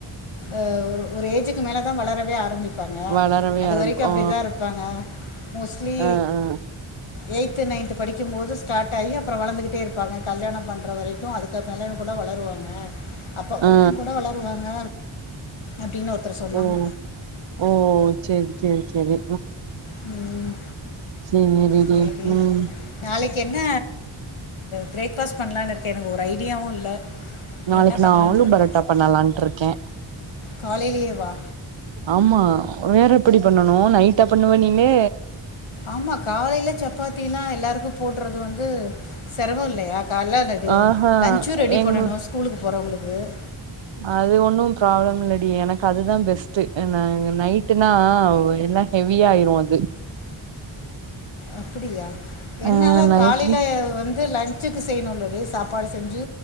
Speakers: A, on the left (about 80°); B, on the right (about 65°).
A: அது ஒரு ஏஜுக்கு மேலே தான் வளரவே ஆரம்பி
B: வளரவே
A: அது
B: ஆரம்ப
A: வரைக்கும் அப்படி
B: ஆ
A: தான் இருப்பாங்க மோஸ்லி
B: ஆ ஆ
A: எயிட் து நைன்து படிக்கும்போது ஸ்டார்ட் ஆகி அப்புறம் வளர்ந்துகிட்டே இருப்பாங்க கல்யாணம் பண்ற வரைக்கும் அதுக்க அப்புறம்லும் கூட வளருவாங்க அப்போ வரைக்கும்
B: ஆ ஆ
A: கூட வளருவாங்க அப்படின்னு ஒருத்தர் சொன்னாங்க
B: ஓ ஓ சரி சரி சரி
A: ம்
B: சேரிடி
A: சேரி
B: ம்
A: நாளைக்கு என்ன பிரேக்ஃபாஸ் பண்ணலான்னு இருக்கே எனக்கு ஒரு ஐடியாவு இல்ல நீ
B: நாளைக்கு
A: என்ன பண்ணலான்னு
B: நா ஆலு
A: இருக்க
B: பரோட்டா பண்ணலான்ட்டு இருக்கே
A: காலைலியேவா
B: ஆமா வேற எப்படி பண்ணணு நைட்டா பண்ணுவே நீனு
A: ஆமா காலையில சப்பாத் தி எல்லாருக்கு போடுறது வந்து செரமோ இல்லையா கால்ல ரேடி ஆயிரு
B: ஆஹா
A: லன்சு ரெடி
B: எங்
A: பண்ணணு ஸ்கூலுக்கு போறவங்களுக்கு உ
B: அது ஒன்னு ப்ராப்ளம் இல்லடி எனக்கு அதுதா பெஸ்ட்டு நா நைட்டுனா எல்லா ஹெவிய ஆயிரு அது
A: அப்படியா என்னால
B: ஆ நைட்டு
A: காலையில வந்து லன்ச்சு செய்னுல்ல அதே சாப்பாடு செஞ்சு